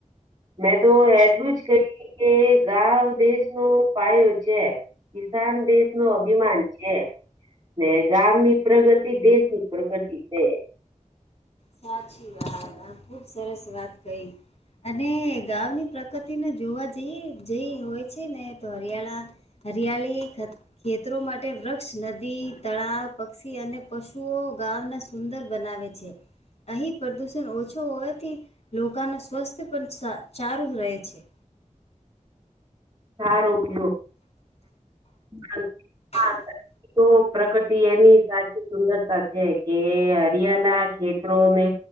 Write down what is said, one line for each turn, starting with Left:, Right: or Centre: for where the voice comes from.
Right: મેં તો એટલું જ કહી કે ગાવ દેશ નો પાયો છે. કિસાન દેશ નો અભિમાન છે. ને ગામની પ્રગતિ, દેશ ની પ્રગતિ છે.
Left: સાચી વાત, આ ખૂબ સરસ વાત કહી. અને ગાવની પ્રકૃતિને જોવા જઈએ જેઈ હોય છે, ને તો હરિયાળા હરિયાલી ખ ખેતરો માટે વૃક્ષ, નદી, તળાવ, પક્ષી અને પશુઓ ગાવાના સુંદર બનાવેે છે. અહીં પ્રદુષણ ઓછો હોવાથી, લોકાના સ્વાસ્થ્ય પણ સા ચારું રહે છે.
Right: સારુ કયું. હ હા
Left: <inaudible>
Right: <unintelligible> તો પ્રકૃતિ એની સાચી સુંદરતા છે, કે હરિયાલા ખેતરોને